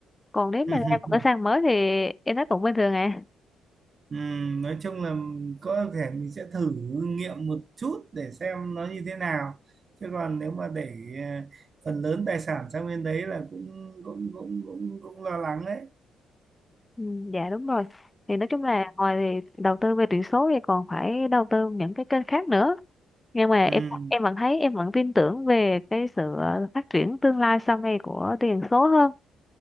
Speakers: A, on the left; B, on the right.
A: còn nếu mà
B: <laughs>
A: ra một cái sàn mới thì em thấy cũng bình thường à
B: Ừm, nói chung là có thể mình sẽ thử nghiệm một chút để xem nó như thế nào chứ còn nếu mà để ờ, phần lớn tài sản sang bên đấy là cũng cũng cũng cũng cũng lo lắng đấy
A: ừ, dạ đúng rồi thì nói chung là ngoài thì đầu tư về tiền số thì còn phải đầu tư những cái kênh khác nữa nhưng mà em
B: Ừm,
A: em vẫn thấy em vẫn tin tưởng về cái sự ờ, phát triển tương lai sau này của tiền số hơn